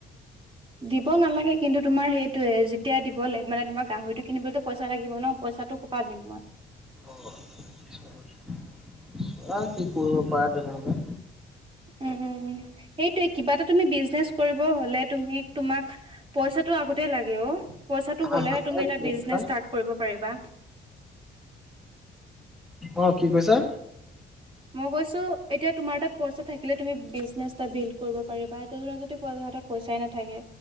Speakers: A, on the right; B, in the centre.
A: দিব নালাগে কিন্তু তোমাৰ সেইটোয়ে যেতিয়া দিবলৈ মানে তোমাৰ গাহৰিটো কিনিবলৈতো পইচা লাগিব ন পইচাটো কপা দিম মই।
B: অ চোৱা কি কৰিব পাৰা তেনেহ'লে।
A: উম, উম, উম, সেইটোৱে কিবা এটা তুমি বিজনেচ কৰিব হ'লে তুমি তোমাক পইচাটো আগতে লাগে অ। পইচাটো
B: আহ
A: হ'লে তুমি
B: এক
A: এটা
B: মিনিট,
A: বিজনেছ ষ্টাৰ্ট কৰিব পাৰিবা।
B: অ কি কৈছা?
A: মই কৈছোঁ এতিয়া তোমাৰ তাত পইচা থাকিলে তুমি বিজনেছ এটা ডিল কৰিব পাৰিবা ত তোমাৰ যদি পইচা হাতত। পইচা নাথাকে